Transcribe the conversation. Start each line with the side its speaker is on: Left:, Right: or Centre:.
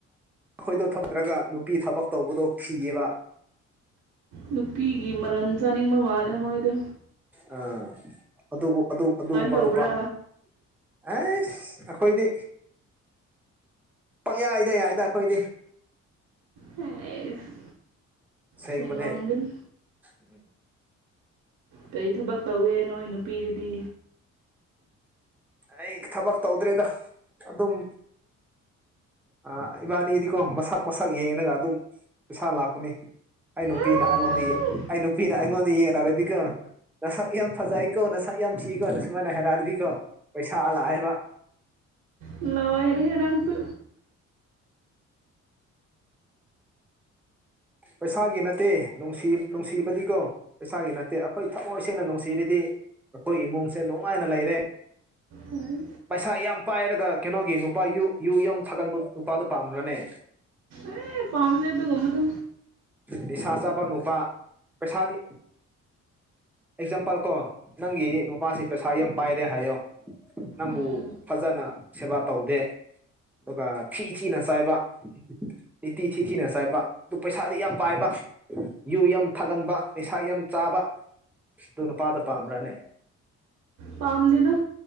Centre: ꯑꯩꯈꯣꯏꯗꯣ ꯊꯗ꯭ꯔꯒ ꯅꯨꯄꯤ ꯊꯕꯛ ꯇꯧꯕꯗꯣ ꯊꯤꯌꯦꯕ
Right: ꯅꯨꯄꯤꯒꯤ ꯃꯔꯟ ꯆꯥꯅꯤꯡꯕ ꯃꯥꯜꯂꯦ ꯃꯣꯏꯗ
Centre: ꯑ ꯑꯗꯨ ꯑꯗꯨ ꯑꯗꯨꯒꯨꯝꯕ
Right: ꯇꯧꯕ꯭ꯔꯥ
Centre: ꯅꯨꯄꯥ ꯑꯦ ꯑꯈꯣꯏꯗ ꯄꯪ ꯌꯥꯏꯗ ꯌꯥꯏꯗ ꯑꯩꯈꯣꯏꯗꯤ
Right: ꯍꯩꯁ
Centre: ꯁꯦꯡꯕꯅꯦ
Right: ꯆꯨꯝꯂꯝꯒꯅꯤ
Centre: ꯎꯝ
Right: ꯀꯔꯤ ꯊꯕꯛ ꯇꯧꯒꯦ ꯅꯣꯏ ꯅꯨꯄꯤꯗꯨꯗꯤ
Centre: ꯑꯩ ꯊꯕꯛ ꯇꯧꯗ꯭ꯔꯦꯗ ꯑꯗꯨꯝ ꯑ ꯏꯕꯥꯅꯤꯗꯤꯀꯣ ꯃꯁꯛ ꯃꯁꯛ ꯌꯦꯡꯉꯒ ꯑꯗꯨꯝ ꯄꯩꯁꯥ ꯂꯥꯛꯄꯅꯤ ꯑꯩ ꯅꯨꯄꯤꯅ
Right: ꯑꯥꯏ
Centre: ꯑꯩꯉꯣꯟꯗ ꯑꯩ ꯅꯨꯄꯤꯅ ꯑꯩꯉꯣꯟꯗ ꯌꯦꯡꯅꯔꯗꯤꯒ ꯅꯁꯛ ꯌꯥꯝ ꯐꯖꯩꯀꯣ ꯅꯁꯛ ꯌꯥꯝ ꯊꯤꯀꯣ ꯅ ꯁꯨꯃꯥꯏꯅ ꯍꯥꯏꯔꯥꯔꯗꯤꯀꯣ ꯄꯩꯁꯥꯂꯥꯛꯑꯦꯕ
Right: ꯂ ꯦ ꯔꯥꯡꯁꯨ
Centre: ꯄꯩꯁꯥꯒꯤ ꯅꯠꯇꯦ ꯅꯨꯡ ꯅꯨꯡꯁꯤꯕꯗꯤꯀꯣ ꯄꯩꯁꯥꯒꯤ ꯅꯠꯇꯦ ꯑꯩꯈꯣꯏ ꯊꯃꯣꯏ ꯁꯦꯡꯅ ꯅꯨꯡꯁꯤꯔꯤꯗꯤ ꯑꯩꯈꯣꯏ ꯏꯃꯨꯡꯁꯦ ꯅꯨꯡꯉꯥꯏꯅ ꯂꯩꯔꯦ
Right: ꯎꯝ
Centre: ꯄꯩꯁꯥ ꯌꯥꯝ ꯄꯥꯏꯔꯒ ꯀꯩꯅꯣꯒꯤ ꯅꯨꯄꯥ ꯌꯨ ꯌꯨꯝ ꯊꯥꯒꯟꯕ ꯅꯨꯄꯥꯗꯨꯣ ꯄꯥꯝ꯭ꯔꯅꯦ
Right: ꯑꯦ ꯄꯥꯝꯗ ꯑꯗꯨ ꯒꯨꯟ ꯕꯗꯣ
Centre: ꯅꯤꯁꯥ ꯆꯥꯕ ꯅꯨꯄꯥ ꯄꯩꯁꯥꯗꯤ ꯑꯦꯛꯖꯥꯝꯄꯜ ꯀꯣ ꯅꯪꯒꯤ ꯅꯨꯄꯥꯁꯤ ꯄꯩꯁꯥ ꯌꯥꯝ ꯄꯥꯏꯔꯦ ꯍꯥꯏꯌꯣ ꯅꯪꯕꯨ
Right: ꯎꯝ
Centre: ꯐꯖꯅ ꯁꯦꯕꯥ ꯇꯧꯗꯦ ꯑꯗꯨꯒ ꯊꯤꯊꯤꯅ ꯆꯥꯏꯕ ꯅꯤꯇꯤ ꯊꯤꯊꯤꯅ ꯆꯥꯏꯕ ꯑꯗꯨ ꯄꯩꯁꯥꯗꯤ ꯌꯥꯝ ꯄꯥꯏꯕ ꯌꯨ ꯌꯥꯝ ꯊꯥꯒꯟꯕ ꯂꯩꯩꯁꯥ ꯌꯥꯝ ꯆꯥꯕ ꯑꯗꯨꯅ ꯄꯥꯗ ꯄꯔꯥꯅꯦ
Right: ꯄꯥꯝꯗꯦꯗ